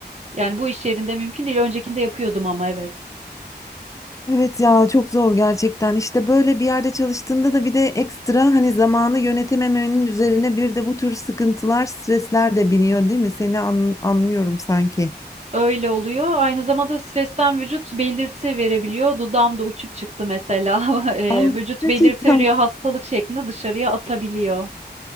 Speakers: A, on the right; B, on the left.
A: yani bu iş yerinde mümkün değil. Öncekinde yapıyordum ama evet.
B: Evet ya çok zor gerçekten. İşte böyle bir yerde çalıştığında da bir de ekstra hani zamanı yönetememenin üzerine bir de bu tür sıkıntılar, stresler de biniyor değil mi? Seni an- anlıyorum sanki.
A: Öyle oluyor. Aynı zamanda stresten vücut belirti verebiliyor. Dudağımda uçuk çıktı mesela. <laughs> Eee,
B: Aa,
A: Vücut
B: gerçekten
A: belirti veriyor, hastalık şeklinde dışarıya atabiliyor.